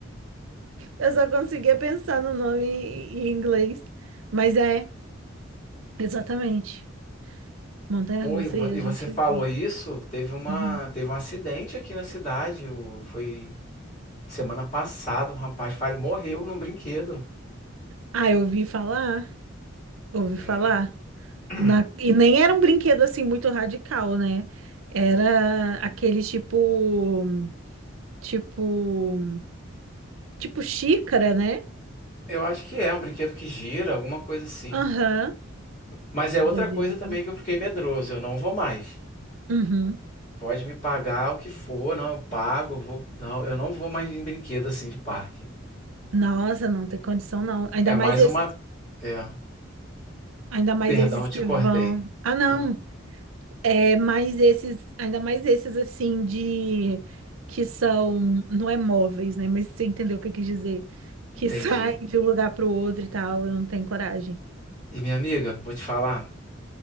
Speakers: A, on the right; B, on the left.
A: Eu só conseguia pensar no nome em em inglês, mas é, exatamente, montanha-russa
B: Pô, e vo-
A: e a
B: e
A: gente...
B: você falou isso? Teve uma,
A: Uhum.
B: teve um acidente aqui na cidade. o- Foi semana passada, um rapaz falho morreu num brinquedo.
A: Ah, eu ouvi falar, ouvi
B: É.
A: falar.
B: <clears throat>
A: Na- E nem era um brinquedo assim muito radical, né? Era aquele tipo, tipo, tipo xícara, né?
B: Eu acho que é um brinquedo que gira, alguma coisa assim.
A: Aham.
B: Mas é
A: Doideira,
B: outra coisa
A: tá?
B: também que eu fiquei medroso. Eu não vou mais.
A: Uhum.
B: Pode me pagar o que for, não, eu pago, eu vou. Não, eu não vou mais em brinquedo assim de parque.
A: Nossa, não tem condição não. Ainda
B: É
A: mais
B: mais
A: esses,
B: uma. É.
A: ainda mais
B: Perdão,
A: esses
B: eu
A: que
B: te cortei.
A: vão. Ah, não.
B: Ah,
A: É mais esses, ainda mais esses assim de que são, não é móveis, né? Mas você entendeu o que eu quis dizer? Que
B: entendi.
A: <laughs> saem de um lugar para o outro e tal. Eu não tenho coragem.
B: E minha amiga, vou te falar.